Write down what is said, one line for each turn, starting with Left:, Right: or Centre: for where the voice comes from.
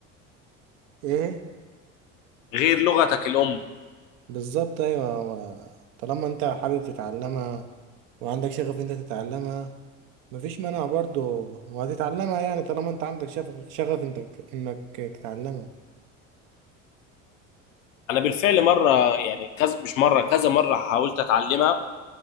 Right: إيه
Left: غير لغتك الام
Right: بالظبط أيوه هو طالما أنت حابب تتعلمها وعندك شغف أنت تتعلمها مفيش مانع برضو وهتتعلمها يعني طالما أنت عندك شغف شغف أنت إنك تتعلمها
Left: انا بالفعل مره يعني كذا مش مره كذا مره حاولت اتعلمها